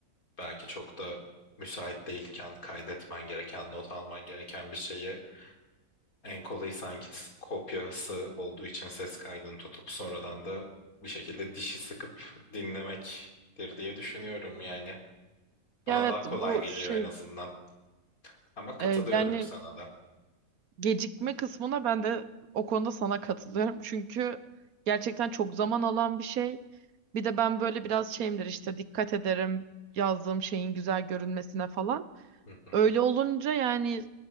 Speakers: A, on the left (about 85°); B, on the right (about 85°).
A: belki çok da müsait değilken kaydetmen gereken, not alman gereken bir şeyi en kolayı sanki s- kopyası olduğu için ses kaydını tutup sonradan da bir şekilde dişi sıkıp dinlemektir diye düşünüyorum yani. Bana
B: Ya evet
A: daha kolay
B: bu
A: geliyor
B: şey
A: en azından. Ama katılıyorum
B: e, yani
A: sana da.
B: Gecikme kısmına ben de o konuda sana katılıyorum. Çünkü gerçekten çok zaman alan bir şey. Bir de ben böyle biraz şeyimdir işte dikkat ederim yazdığım şeyin güzel görünmesine falan.
A: Hı hı.
B: Öyle olunca yani